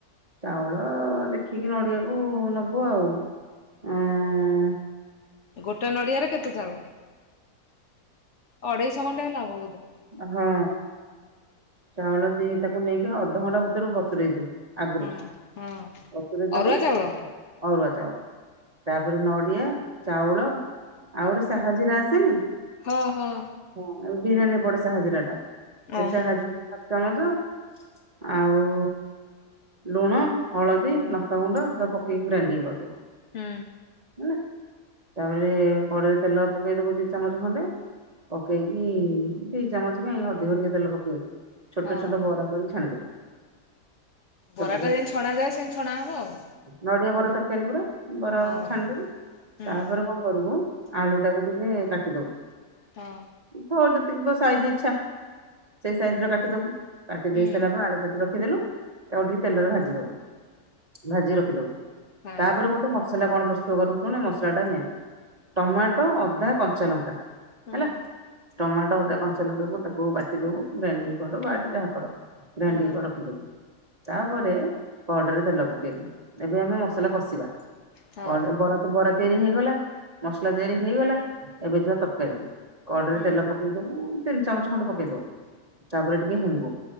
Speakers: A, on the right; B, on the left.
A: ଚାଉଳ ଦେଖିକି ନଡିଆକୁ ନବୁ ଆଉ, ଏଁ
B: ଗୋଟେ ନଡ଼ିଆରେ କେତେ ଚାଉଳ? ଅଢ଼େଇଶ ଖଣ୍ଡେ ହେଲେ ହବ ବଧେ।
A: ହଁ ଚାଉଳ ଦି ତାକୁ ନେଇକି ଅଧଘଣ୍ଟା ଭିତରୁ ବତୁରେଇ ଦବୁ। ଆଗରୁ
B: ହଁ ହଁ
A: ବତୁରେଇ ଦବୁ
B: ଅରୁଆ ଚାଉଳ?
A: ଅରୁଆ ଚାଉଳ ତାପରେ ନଡ଼ିଆ, ଚାଉଳ ଆଉ ଗୋଟେ ସାହାଜିରା ଆସେନି?
B: ହଁ -ହଁ।
A: ହଁ ଏ ବିରିୟାନୀ ରେ ପଡ଼େ ସାହାଜିରା ଟା ଏ
B: ଓହୋ
A: ସାହାଜିରା ହାପ୍ ଚାମଚ ଆଉ ଲୁଣ, ହଳଦୀ, ଲଙ୍କାଗୁଣ୍ଡ ତାକୁ ପକେଇକି ଗ୍ରାଇଣ୍ଡିଙ୍ଗ୍ କରିଦବୁ।
B: ହୁଁ।
A: ହେଲା ତାପରେ କଡ଼େଇରେ ତେଲ ପକେଇ ଦବୁ ଦି ଚାମଚ ଖଣ୍ଡେ ପକେଇକି ଦି ଚାମଚ କାଇଁ ଅଧିକ ଟିକେ ତେଲ ପକେଇବୁ। ଛୋଟ
B: ହଁ
A: ଛୋଟ ବରା କରିକି ଛାଣିଦବୁ। ଛୋଟ
B: ବରାଟା ଯେନ୍ତି ଛଣା ଯାଏ ସେମିତି ଛଣା ହବ ଆଉ।
A: ନଡ଼ିଆ ବରା ତରକାରୀ ପରା ବରା
B: ଆଉ
A: ଛାଣିଦବୁ
B: ହଁ ହୁଁ
A: ତାପରେ କଣ କରିବୁ ଆଳୁ ଟାକୁ ଟିକେ କାଟିଦବୁ
B: ହଁ।
A: ତୋର୍ ଯେତିକି ତ ସାଇଜ୍ ଇଚ୍ଛା ସେଇ ସାଇଜ୍ ର କାଟିଦବୁ କାଟି
B: ହୁଁ
A: ଦେଇ ସାରିଲା ପରେ ଆଳୁ କାଟି ର ଖିଦେଲୁ ଆଉ ଟିକେ ତେଲରେ ଭାଜି ଦବୁ ଭାଜି ରଖିଦବୁ
B: ହଁ
A: ତାପରେ ଗୋଟେ ମ ସଲା କଣ ପ୍ରସ୍ତୁତ କରୁ ଶୁଣୁ ଏ ମସଲା ଟା ମେନ୍ ଟମାଟୋ, ଅଦା, କଞ୍ଚା ଲଙ୍କା ହେଲା
B: ହୁଁ
A: ଟମାଟୋ, ଅଦା, କଞ୍ଚା ଲଙ୍କା କୁ ତାକୁ ବାଟି ଦବୁ ଗ୍ରାଇଣ୍ଡିଙ୍ଗ୍ କର ବାଟେ ଯାହା କର ଗ୍ରାଇଣ୍ଡିଙ୍ଗ୍
B: ହୁଁ
A: କରି ରଖିଦବୁ। ତାପରେ କଡ଼େଇରେ ତେଲ ପକେଇବୁ ଏବେ ଆମେ ମସଲା କଷିବା।
B: ହଁ
A: ବର୍ ବରା -ବରା ତ ବରା ତିଆରି ହେଇଗଲା ମସଲା ତିଆରି ହେଇଗଲା ଏବେ ଯିବା ତରକାରୀ କୁ କଡ଼େଇରେ
B: ହୁଁ
A: ତେଲ ପକେଇ ଦବୁ ତିନି ଚାମଚ ଖଣ୍ଡେ ପକେଇ ଦବୁ ତାପରେ ଟିକେ ହେଙ୍ଗୁ